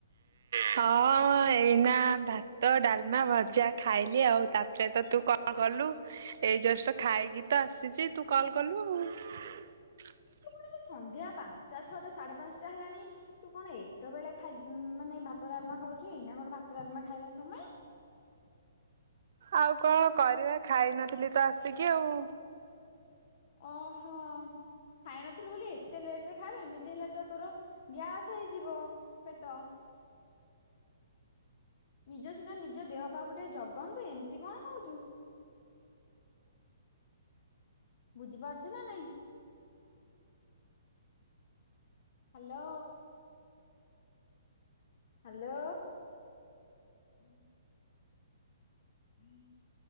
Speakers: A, on the right; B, on the left.
A: ହଁ ଏଇନା ଭାତ ଡାଲମା ଭଜା ଖାଇଲି ଆଉ ତାପରେ ତ ତୁ କ କଲୁ, ଏଇ ଜଷ୍ଟ ଖାଇକି ତ ଆସିଛି ତୁ କଲ୍ କଲୁ ଆଉ। <inaudible>
B: ନା ମୁଁ ସନ୍ଧ୍ୟା ପାଞ୍ଚଟା ଛଅଟା ସାଢେ ପାଞ୍ଚଟା ହେଲାଣି ତୁ କଣ ଏତେବେଳେ ଖାଇ ମାନେ ଭାତ ଡାଲମା ଖାଉଛୁ ଏଇ ନା କଣ ଭାତ ଡାଲମା ଖାଇବା ସମୟ?
A: ଆଉ କଣ କରିବା ଖାଇନଥିଲି ତ ଆସିକି ଆଉ।
B: ଓହୋ। ଖାଇ ନଥିଲୁ ବୋଲି ଏତେ ଲେଟ ରେ ଖାଇବ ଏମିତି ହେଲେ ତ ତୋର ଗ୍ୟାସ୍ ହେଇଯିବ ପେଟ। ନିଜ ସିନା ନିଜ ଦେହ ପାକୁ ଟିକେ ଜଗନ୍ତୁ ଏମିତି କଣ ହଉଚୁ। ବୁଝିପାରୁଛୁ ନା ନାଇଁ। ହ୍ୟାଲୋ। ହାଲୋ। <inaudible> <inaudible>